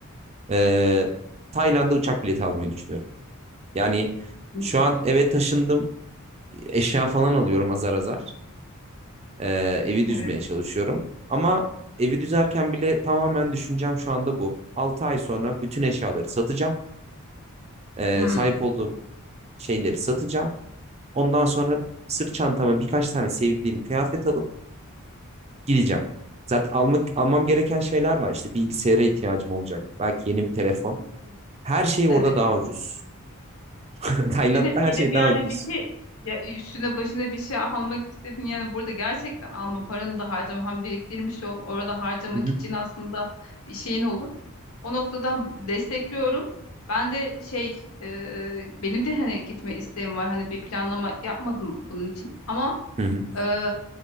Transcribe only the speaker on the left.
Hı.
evet.
Hı.
<clears throat>
Evet.
Evet
gidip
yani
bir şey ya üstüne başına bir şey almak istedin yani burada gerçekten alma paranı da harcama hem biriktirmiş ol orada harcamak
için aslında bir şeyin olur. O noktada destekliyorum. Ben de şey e, benim de hani gitme isteğim var hani bir planlama yapmadım bunun için ama
Ee,